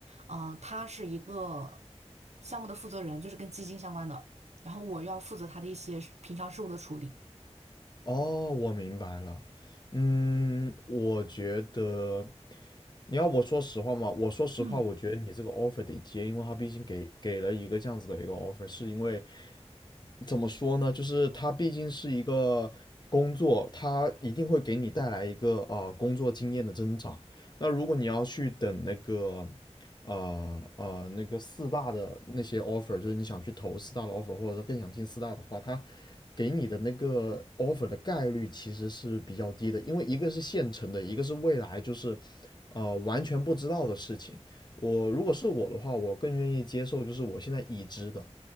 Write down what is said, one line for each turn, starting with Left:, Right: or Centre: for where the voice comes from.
Right: 嗯、呃他是一个项目的负责人，就是跟基金相关的，然后我要负责他的一些事平常事务的处理。
Left: 哦，我明白了。嗯，我觉得你要我说实话嘛，我说实话，
Right: 嗯，
Left: 我觉得你这个 offer 得接，因为他毕竟给给了一个这样子的一个 offer，是因为怎么说呢？就是它毕竟是一个工作，它一定会给你带来一个啊、呃工作经验的增长。那如果你要去等那个呃呃那个四大的那些 offer，就是你想去投四大的 offer，或者说更想进四大的话，它给你的那个 offer 的概率其实是比较低的，因为一个是现成的，一个是未来就是呃完全不知道的事情。我如果是我的话，我更愿意接受就是我现在已知的。